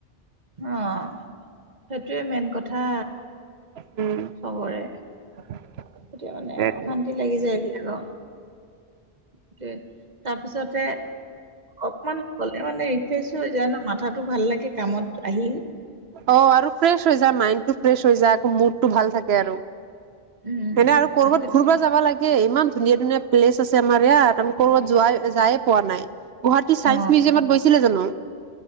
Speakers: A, on the right (about 45°); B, on the right (about 80°).
A: অহ', সেইটোৱে মেইন কথা
B: উম',
A: চবৰে,
B: <unintelligible>
A: এতিয়া মানে
B: সেইটোৱেটো
A: অশান্তি লাগি যায়। ফুৰিব তাকে তাৰ পিছতে অকমান গলে মানে ৰিফ্ৰেচ হৈ যায় ন, মাথাটো ভাল লাগে। কামত আহি
B: অ', আৰু ফ্ৰেছ হৈ যায়। মাইণ্ড টো ফ্ৰেছ হৈ যায়, আকৌ মুড টো ভাল থাকে আৰু
A: উম
B: হয়নে, আৰু কৰবাত
A: সেইটোৱে
B: ঘূৰবা যাবা লাগে। ইমান ধুনীয়া ধুনীয়া প্লেচ আছে। আমাৰ ইয়াত আমি ক'ৰবাত যোৱা যায়ে পোৱা নাই। গুৱাহাটী চাইন্স
A: অ
B: মিউজিয়ামত গৈছিলা জানো?